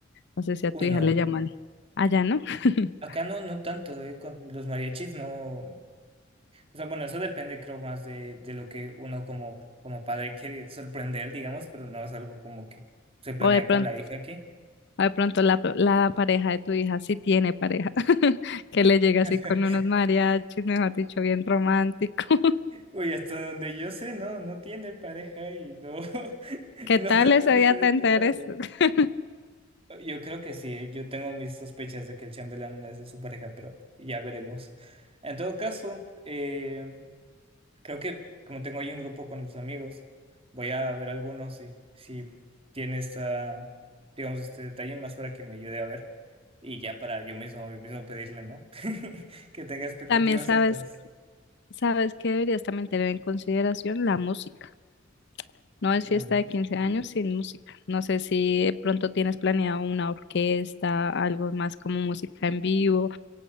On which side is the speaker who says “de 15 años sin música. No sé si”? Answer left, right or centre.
Left